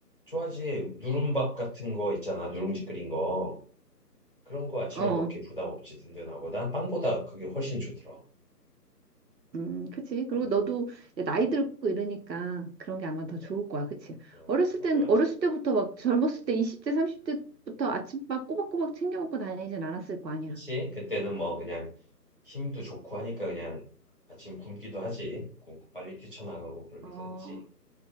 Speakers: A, on the left; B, on the right.
A: 좋아하지. 누룽밥 같은 거 있잖아. 누룽지 끓인 거. 그런 거 아침에
B: 어.
A: 먹기 부담 없이 든든하고 난 빵보다 그게 훨씬 좋더라.
B: 음, 그치. 그리고
A: 빵 같은
B: 너도
A: 거.
B: 이제 나이 들고 이러니까 그런 게 아마
A: 맞아.
B: 더 좋을 거야. 그치.
A: 음,
B: 어렸을
A: 맞아
B: 땐,
A: 맞아.
B: 어렸을 때부터 막 젊었을 때 20대, 30대부터 아침밥 꼬박꼬박 챙겨 먹고 다니진 않았을 거 아니야.
A: 그치? 그때는 뭐 그냥 힘도 좋고 하니까 그냥 아침 굶기도 하지. 굶고 빨리 뛰쳐나가고 그러기도
B: 어,
A: 했지.